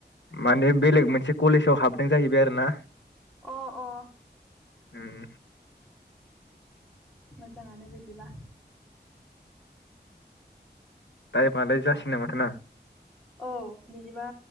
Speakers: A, on the left; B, in the centre.
A: माने बेलेग मोनसे कलेजाव हाब दों जाहैबाय आरो ना।
B: अ अ
A: उम
B: मोजाङानो बिदिबा।
A: टाइमालाय
B: ओमफ्राय
A: जासिगोन नामाथाय ना
B: औ बि बिबा